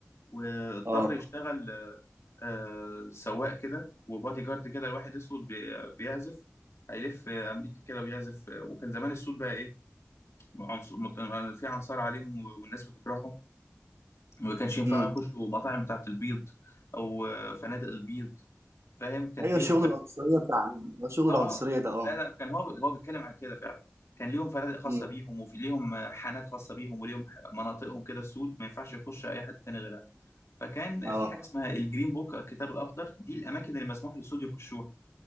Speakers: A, on the left; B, on the right.
A: واضطر
B: اه
A: يشتغل آه، آه، سواق كده وبادي جارد كده لواحد أسود بي- بيعزف هيلف آه، أمريكا كده ويعزف آه، وكان زمان السود بقى إيه عنص- مت- في عنصار عليهم و- والناس بتكرههم وما كانش ينفع
B: امم
A: يخشوا مطاعم بتاعة البيض أو آه، فنادق البيض فاهم كانت
B: ايوه
A: ليهم
B: الشغل العنصريه بتاع الشغل العنصريه
A: اه
B: ده اه
A: لا لا كان هو هو بيتكلم عن كده فعلا كان ليهم فنادق خاصة
B: امم
A: بيهم وفي ليهم حانات خاصة بيهم وليهم ح- مناطقهم كده سود ما ينفعش يخش أي حد تاني غيرها فكان
B: اه
A: في حاجة اسمها الجرين بوك الكتاب الأخضر دي الأماكن اللي مسموح للسود يخشوها